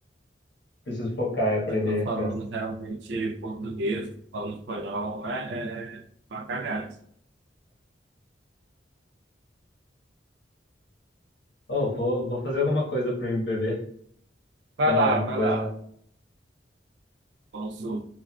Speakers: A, on the left; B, on the right.
A: preciso focar e aprender.
B: Eu tô falando
A: cansa.
B: realmente português, falando espanhol, é, é, é uma cagada.
A: Oh, vou, vou fazer alguma coisa para me beber.
B: Vai
A: Tomar
B: lá,
A: alguma
B: vai
A: coisa.
B: lá. Vamos supor.